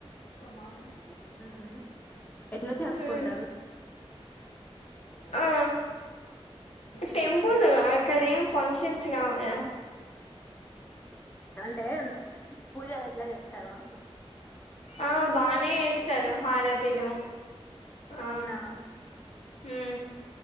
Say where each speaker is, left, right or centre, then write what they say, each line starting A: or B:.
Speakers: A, on the left; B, on the left.
A: మార్నింగ్
B: ఉ ఎట్లా చేప్పుకుంటారు
A: ఉమ్ ఆ టెంపుల్ అక్కడ ఏం ఫంక్షన్స్ కావాలా
B: అంటే పూజలు ఎట్లా చేస్తారు అంటున్నారు
A: ఆ బానే వస్తారు హారతీలు ఆ
B: అవునా
A: ఊ